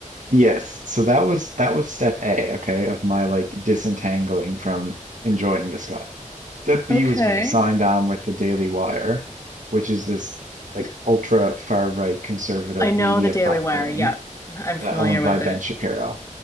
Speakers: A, on the right (about 65°); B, on the left (about 25°).
A: Yes, so that was that was step A, okay, of my like disentangling from enjoying this guy. step B
B: Okay.
A: was when he signed on with the Daily Wire, which is this like ultra far right conservative
B: I know
A: media
B: the Daily
A: platform
B: Wire. Yeah, I'm familiar
A: uh, owned
B: with
A: by Ben
B: it.
A: Shapiro.